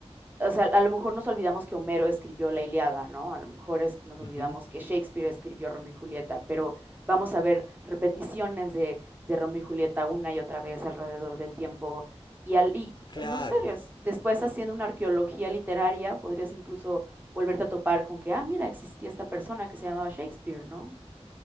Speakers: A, on the right (about 15°); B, on the left (about 40°).
A: o sea, a lo mejor nos olvidamos que Homero escribió la Ilíada, ¿no? A lo mejor es, nos olvidamos
B: Uh -huh.
A: que Shakespeare escribió Romeo y Julieta, pero vamos a ver repeticiones de, de Romeo y Julieta una y otra vez alrededor del tiempo. Y, al, y
B: Claro.
A: no sé, después haciendo una arqueología literaria, podrías incluso volverte a topar con que, ah, mira, existía esta persona que se llamaba Shakespeare, ¿no?